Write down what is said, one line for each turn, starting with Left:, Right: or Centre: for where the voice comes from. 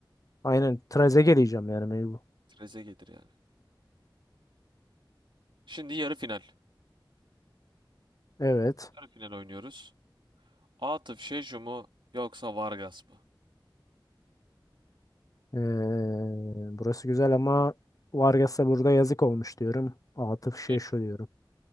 Left: Aynen Trezeguet diyeceğim yani mecbur.
Right: Trezeguet'dir yani. Şimdi yarı final.
Left: Evet.
Right: Yarı final oynuyoruz. Atıf Şeşu mu yoksa Vargas mı?
Left: Ee, burası güzel ama Vargas'a burada yazık olmuş diyorum. Atıf
Right: Şeşu.
Left: şey şu diyorum.